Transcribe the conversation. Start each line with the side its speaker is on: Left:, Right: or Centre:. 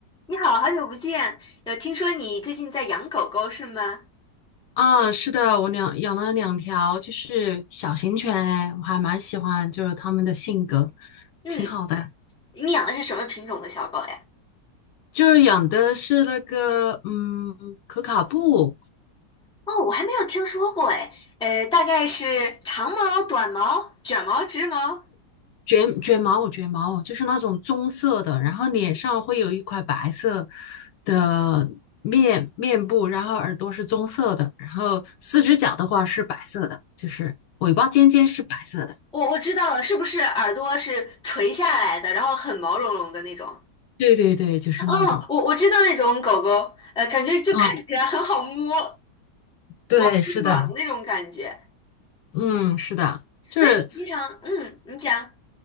Centre: 你好，好久不见。有听说你最近在养狗狗是吗？
Left: 啊，是的，我两养了两条，就是小型犬，哎，我还蛮喜欢，就是它们的性格
Centre: 嗯，
Left: 挺好的。
Centre: 你养的是什么品种的小狗呀？
Left: 就是养的是那个，嗯，可卡布
Centre: 哦，我还没有听说过哎。呃，大概是长毛、短毛、卷毛、直毛。
Left: 卷卷毛，卷毛就是那种棕色的，然后脸上会有一块白色的面面部，然后耳朵是棕色的，然后四只脚的话是白色的，就是尾巴尖尖是白色的。
Centre: 我我知道了，是不是耳朵是垂下来的，然后很毛茸茸的那种？
Left: 对对对，就是那种。
Centre: 哦，我我知道那种狗狗，呃，感觉就看起来很好摸，
Left: 嗯，对，
Centre: 毛是软的那种感觉。
Left: 是的，嗯，是的。就是
Centre: 所以你经常，嗯，你讲。